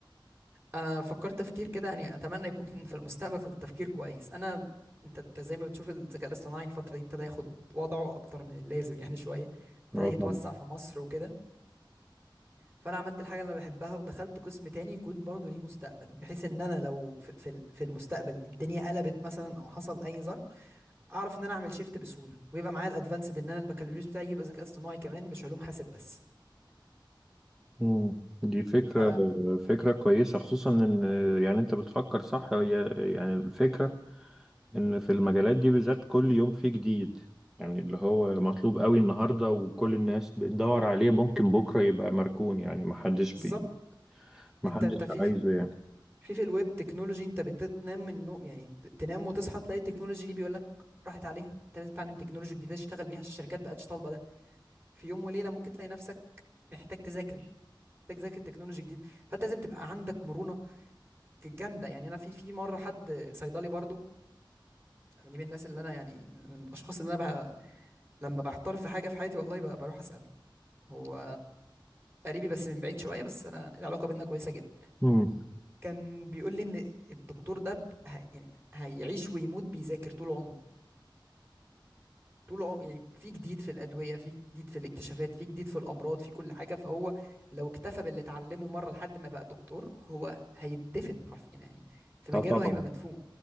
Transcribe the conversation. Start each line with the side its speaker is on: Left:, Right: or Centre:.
Right: انا فكرت تفكير كده يعني اتمنى يكون في المستقبل تفكير كويس انا انت أنت زي ما بتشوف الذكاء الاصطناعي الفتره دي ابتدى ياخد وضعه اكتر من اللازم يعني <laughs> شويه ابتدى
Centre: اه
Right: يتوسع
Centre: طبعا
Right: في مصر وكده فانا عملت الحاجه اللي انا بحبها ودخلت قسم تاني يكون برضه ليه مستقبل بحيث ان انا لو في في ال- في المستقبل الدنيا قلبت مثلا او حصل اي ظرف اعرف ان انا اعمل شيفت بسهوله ويبقى معايا الادفانسد ان انا البكالوريوس بتاعي يبقى ذكاء اصطناعي كمان مش علوم حاسب بس
Centre: مم. دي فكرة
Right: ف
Centre: فكرة كويسة خصوصا ان يعني انت بتفكر صح هي يعني الفكرة ان في المجالات دي بالذات كل يوم فيه جديد يعني اللي هو مطلوب قوي النهارده وكل الناس بتدور عليه ممكن بكره يبقى مركون يعني محدش
Right: بالظبط
Centre: بي محدش
Right: انت انت في
Centre: عايزه
Right: في
Centre: يعني
Right: في الويب تكنولوجي انت بتنام من النوم يعني ت- تنام وتصحى تلاقي التكنولوجي دي بيقول لك راحت عليها انت لازم تتعلم تكنولوجي جديده تشتغل بيها عشان الشركات بقتش طالبه ده في يوم وليله ممكن تلاقي نفسك محتاج تذاكر محتاج تذاكر تكنولوجي جديد فانت لازم تبقى عندك مرونه كانت جامده يعني انا في في مره حد صيدلي برضو دي من الناس اللي انا يعني من من الاشخاص اللي انا بقى لما بحتار في حاجه في حياتي والله بقى بروح اساله هو قريبي بس من بعيد شويه بس انا العلاقه بينا كويسه جدا
Centre: امم
Right: كان بيقول لي ان الدكتور ده ب- ه- يعني هيعيش ويموت بيذاكر طول عمره طول عمره يعني في جديد في الادويه في جديد في الاكتشافات في جديد في الامراض في كل حاجه فهو لو اكتفى باللي اتعلمه مره لحد ما بقى دكتور هو هيدفن حرفيا يعني هي في مجاله
Centre: اه طبعا
Right: هيبقى مدفون